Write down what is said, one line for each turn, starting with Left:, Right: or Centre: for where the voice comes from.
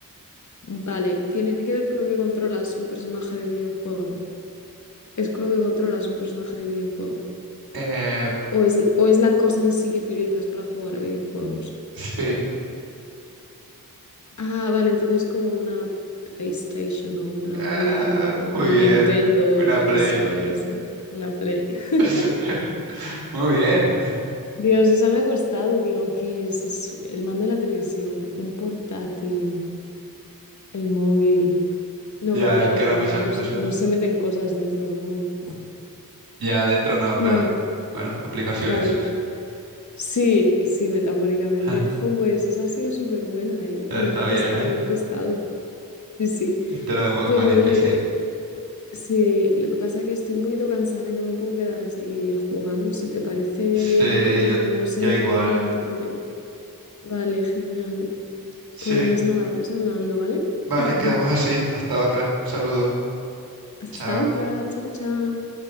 Left: Vale, tiene que ver con lo que controlas un personaje de videojuego. Es con lo que controlas un personaje de videojuego.
Right: Eh,
Left: O es, o es la cosa en sí que utilizas para jugar a videojuegos.
Right: sí.
Left: Ah, vale, entonces es como una PlayStation o una
Right: Ah,
Left: Wii o una
Right: muy bien.
Left: Nintendo
Right: Una
Left: DS
Right: play.
Left: o algo de eso. ¿no? Una Play. <laughs>
Right: <laughs> Muy bien.
Left: Dios, eso me ha costado. Digo, ¿qué es? Es el mando de la televisión, un portátil, el móvil. No,
Right: Ya,
Left: pero claro,
Right: es que eran
Left: en el
Right: muchas
Left: móvil no,
Right: cosas.
Left: se no se meten cosas dentro del móvil.
Right: Ya, adentro no,
Left: Bueno,
Right: claro. Bueno, aplicaciones.
Left: claro. Sí, sí, metafóricamente.
Right: <laughs>
Left: Jo, pues esa ha sido súper buena, ¿eh?
Right: Está
Left: Me ha costado,
Right: bien, ¿eh?
Left: me ha costado. Sí, sí.
Right: Este era un poco
Left: Pero
Right: más difícil.
Left: oye, sí, lo que pasa es que estoy un poquito cansada y no me puedo quedar a seguir jugando. Si te parece,
Right: Sí,
Left: continuamos
Right: yo,
Left: en
Right: yo
Left: otro
Right: igual.
Left: momento que me... Vale, genial.
Right: Sí.
Left: Pues nada, vamos hablando, ¿vale?
Right: Vale,
Left: <laughs>
Right: quedamos así. Hasta otra. Saludo.
Left: Hasta
Right: Chao.
Left: otra. Chao, chao.